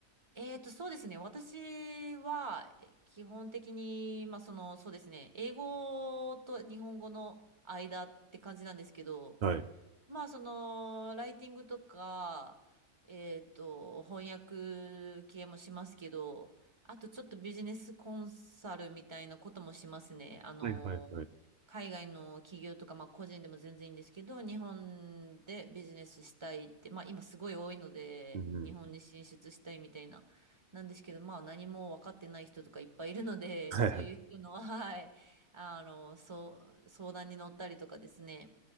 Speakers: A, on the right (about 20°); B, on the right (about 75°).
A: えーと、そうですね。私は、え基本的に、まあ、その、そうですね。英語と日本語の間って感じなんですけど、
B: はい。
A: まあそのライティングとか、えっと翻訳系もしますけど、あとちょっとビジネスコンサルみたいなこともしますね。あの海外の企業とか、
B: はいはいはい。
A: まあ、個人でも全然いいんですけど、日本でビジネスしたいって、まあ、今すごい多いので、
B: うんうん。
A: 日本に進出したいみたいな、なんですけど、まあ、何も分かってない人とかいっぱいいるので、
B: はいはい
A: そういう人の、はい、あの、そう、相談に乗ったりとかですね。